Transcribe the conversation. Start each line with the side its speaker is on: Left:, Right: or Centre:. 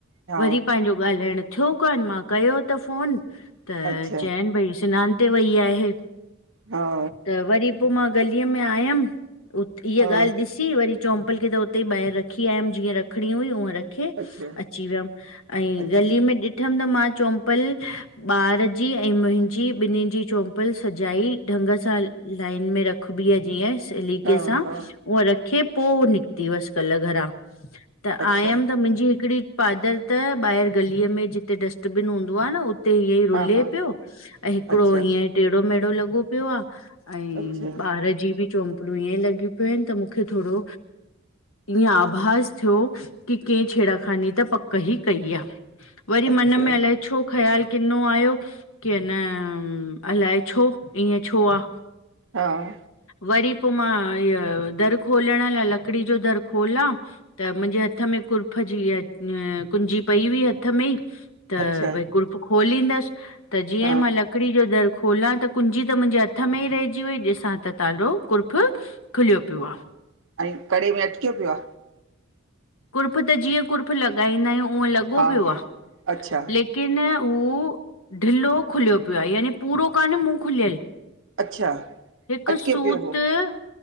Right: हा
Left: वरी पान्ज़ो ॻालाण थ्यो कान मां कयो त फ़ोन, त
Right: अच्छा
Left: च़यन भई सिनान ते वई आहे।
Right: हा
Left: त वरी पो मां गलीअ में आयम, उत् इय
Right: हा
Left: ॻाल ॾिसी वरी चोम्पल खे त हुते ई बाहेर रखी आयम जीअं रखणी हुई उअ रख खे
Right: अच्छा
Left: अची वयम, एई
Right: अच्छा
Left: गली में ॾिठम त मां चोम्पल ॿार जी ऐं मुहिंजी बिनिन जी चोम्पल सजाई, ढंग सां हल लाइन में रखबी आ जिअं सलीके
Right: हा
Left: सां,
Right: हा
Left: उअ रखे पो हो निकती वस कल घरां। त
Right: अच्छा
Left: आयम त मुन्ज़ी हिकड़ी पाद़र त ॿाहेर गलीअ में जीते डस्टबीन हूंदो आ न उ उते इअं ई रुले
Right: हा हा
Left: पयो, ऐं हिकड़ो
Right: अच्छा
Left: हीअं टेड़ो-मेढ़ो लगो पयो आ। अई
Right: अच्छा
Left: ॿार जी बि चोम्पलूं इअं लगी पयूं इन त मूखे थोरो ईय आ भास थ्यो की कहिं छेड़ाखानी त पक्क ई कई आ‌। वरी
Right: अच्छा
Left: मन में अलाए छो ख़्याल किंनो आयो की, अन अलाए छो ईअं छो आ।
Right: हां
Left: वरी पो मां इअ दर खोलण ला लकड़ी जो दर खोलां त मुन्ज़े हथ में कुर्फ़ जी इअ कुंज़ी पई हुई हथ में ई त
Right: अच्छा
Left: भई कुर्फ़ खोलींदस त जीअं
Right: हा
Left: ई मां ल लकड़ी जो दर खोलां त कुंजी त मुन्ज़े हथ में ई रहे जी वई ॾिसां त तालो कुर्फ़ ख़ुलयो प्यो आ।
Right: ऐं कड़े में अटक्यो प्यो आ।
Left: कुर्फ़ त जीअं कुर्फ़ लॻाईंदा आयूं उअ लॻो
Right: हा
Left: पयो
Right: हा
Left: आ, ले
Right: अच्छा
Left: लेकिन ऊ ढिल्लो ख़ुलयो पयो आ, याने पूरो काने मूं ख़ुलयल।
Right: अच्छा
Left: हिक
Right: अटकियो
Left: सूत,
Right: पियो हो